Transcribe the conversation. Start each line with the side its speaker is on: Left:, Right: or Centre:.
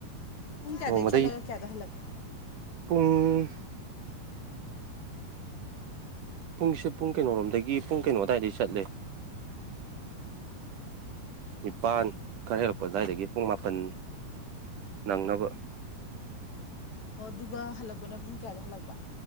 Left: ꯄꯨꯡ ꯀꯌꯥꯗꯒꯤ
Right: ꯅꯣꯡꯃꯗꯒꯤ
Left: ꯆꯠꯂꯒ ꯀꯌꯥꯗ ꯍꯜꯂꯛꯀꯦ
Right: ꯄꯨꯡ ꯄꯨꯡꯁꯦ ꯄꯨꯡ ꯀꯩꯅꯣꯔꯣꯝꯗꯒꯤ ꯄꯨꯡ ꯀꯩꯅꯣ ꯑꯗꯨꯋꯥꯏꯗꯩ ꯆꯠꯂꯦ ꯅꯤꯄꯥꯜ ꯈꯔ ꯍꯦꯜꯂꯛꯄ ꯑꯗꯨꯋꯥꯏꯗꯒꯤ ꯄꯨꯡ ꯃꯥꯄꯜ ꯅꯪꯅꯕ
Left: ꯑꯣ ꯑꯗꯨꯒ ꯍꯜꯂꯛꯄꯅ ꯄꯨꯡ ꯀꯌꯥꯗ ꯍꯜꯂꯛꯄ